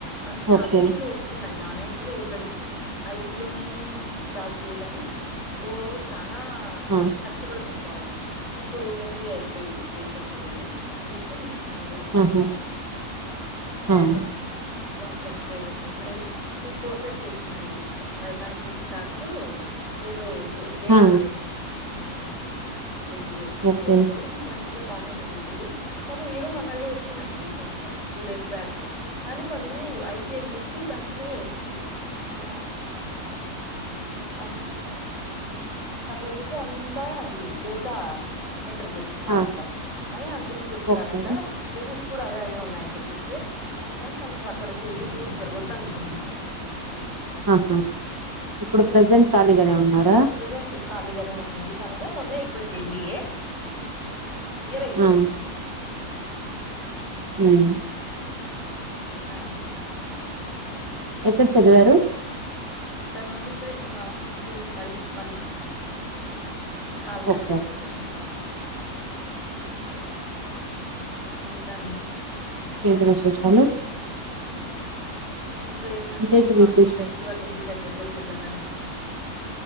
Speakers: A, on the left; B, on the right.
A: అంటే నాన్
B: ఓకే
A: ఐటి లో వస్తున్నాయి నాన్ ఐటి లో వద్దని ఐటి లోనే జాబ్ జేయాలని ఓ చానా
B: ఆ
A: కష్టపడుతుంది పాపం ఇప్పుడు ఎం బిఏ అయిపోయింది రీసెంట్ గనే చూస్తుంది తను కూడా
B: ఉమ్ హు ఉమ్
A: జాబ్ కోసం ట్రై జేసుంది ఏదో టూ కోర్సెస్ చేసిందండి పైథాన్ ఫుల్ స్టాకు ఏదో ఇదే డేటా
B: ఆ
A: అనాలసిస్ ఉమ్ రెండు చేసింది
B: ఓకే
A: కోర్సులు మంచి ఇగ బానే చదువుతది పాపం ఏదో మొన్న ఏదో వచ్చిందంట రీసెంట్ గా టూ డేస్ బ్యాక్ కానీ వాళ్ళు ఐటి అని చెప్పి దాంట్లో ఆ అం అట్లా జెప్పి అంత ఇది డేటా ఎంటర్ చేపిస్తారంట
B: ఆ
A: అని అందరు చెప్పుతున్నారంట
B: ఓకే
A: రివిస్ కూడా అదే అయి ఉన్నాయంట చూస్తే అందుకని తను అక్కడ చేయగూడదు వద్దను <inaudible>
B: ఆహా ఇప్పుడు ప్రజెంట్ ఖాళీగానే ఉన్నార
A: ప్రజెంట్ ఖాళీగానే ఉందండి తను ఇంగా మొన్న అయిపోయింది ఎంబిఏ ఇయర్ అయిపోయింది
B: ఆ
A: ఇంకా
B: ఉమ్
A: ఇంకా అండి
B: ఎక్కడ చదివారు
A: తను అండి ఇక్కడే మా అంటే మరి మరీ జెప్తా ఈ కాల్
B: ఓకే
A: కట్టేమిసి అ ఇంకా అండి
B: ఏంటి విశేషాలు
A: ఉమ్ ఇంకేమండి
B: ఇంకేంటి
A: ఇంగ మాకు
B: విశేషాలు
A: ఫెస్టివల్ ఉంది దగ్గరలో పీర్లపండగ